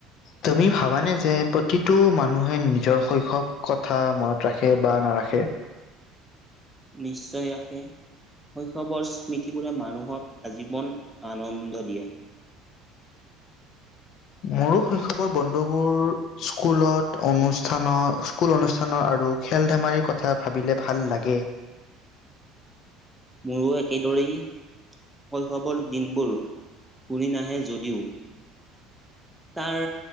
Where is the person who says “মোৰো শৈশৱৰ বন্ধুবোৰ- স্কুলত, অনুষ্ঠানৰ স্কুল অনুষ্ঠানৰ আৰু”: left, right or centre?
Left